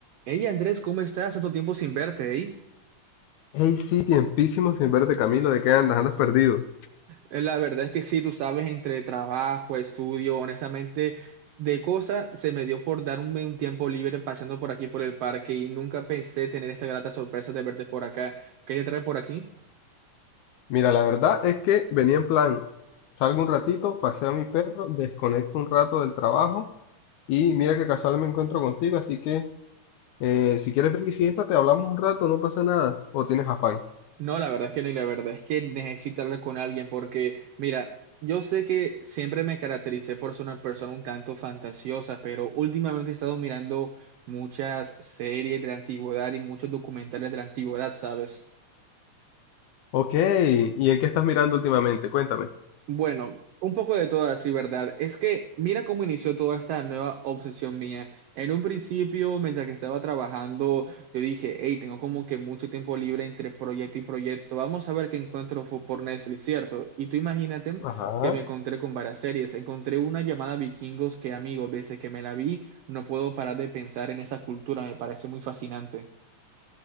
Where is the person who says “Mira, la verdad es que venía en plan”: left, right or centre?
Left